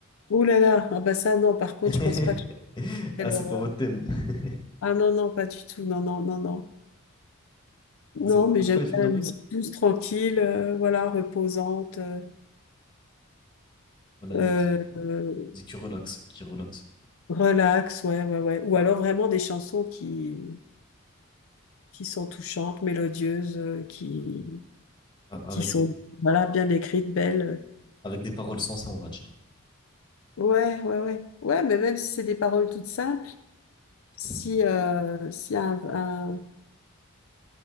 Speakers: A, on the left; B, on the left.
A: Ouh là là, ah bah ça non. Par contre,
B: <laughs>
A: je pense pas que je
B: Ah,
A: ferais
B: c'est
A: leur,
B: pas
A: euh,
B: votre thème. <laughs>
A: Ah non, non, pas du tout. Non, non, non, non. Non,
B: Vous aimez
A: mais
B: pas
A: j'aime
B: trop les films
A: bien
B: d'horreur?
A: la musique douce, tranquille, euh, voilà, reposante, euh,
B: Voilà,
A: euh,
B: les musiques, les musiques qui relaxent, qui relaxent.
A: relax, ouais, ouais, ouais. Ou alors vraiment des chansons qui qui sont touchantes, mélodieuses, euh, qui,
B: A- Avec
A: qui sont
B: des,
A: voilà, bien écrites, belles.
B: avec des paroles sensées, on va dire.
A: Ouais, ouais, ouais. Ouais, mais même si c'est des paroles toutes simples, si,
B: Mhm.
A: euh, s'il y a un, un,